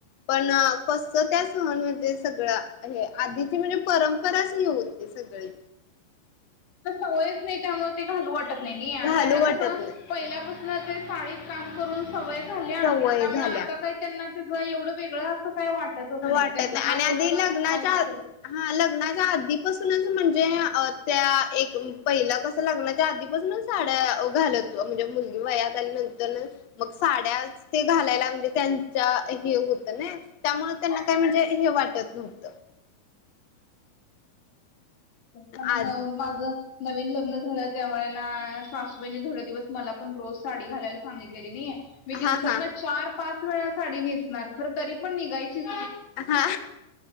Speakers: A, on the left; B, on the left.
A: पण कस त्या सहणमध्ये सगळा हे आधीची म्हणजे परंपराच होती सगळी.
B: त सवयच नाही त्यामुळे ते घालू वाटत नाही नाही आणि
A: घालू
B: त्यांना
A: वाटत
B: कसं.
A: नाही
B: पहिल्यापासून ते साडीत काम करून सवय झाल्या
A: सवय
B: त्यामुळे
A: झाल्या.
B: आता काही. त्यांना त्याच एवढं वेगळं असं काही वाटतच
A: वाटत
B: नाही त्यांना
A: आणि
B: रोज
A: आधी लग्नाच्या
B: आपलं हाय तस.
A: हा लग्नाच्या आधीपासूनच म्हणजे त्या एक पहिलं कस. लग्नाच्या आधीपासूनच साड्या घालत म्हणजे मुलगी वयात आली नंतर. मग साड्या ते घालायला म्हणजे त्यांच्या हे होतं नाय त्यामुळे.
B: होय.
A: त्यांना काय म्हणजे हे वाटत नव्हतं.
B: पण
A: आधी
B: माझ. नवीन लग्न झालं त्यावेळेला सासूबाईने थोडे्या दिवस मला पण रोज साडी घालायला सांगितलेली नये. मी दिवसातन
A: हा हा
B: चार पाच वेळा साडी नेसणार, खर तरी पण निघायच चीच,
A: हा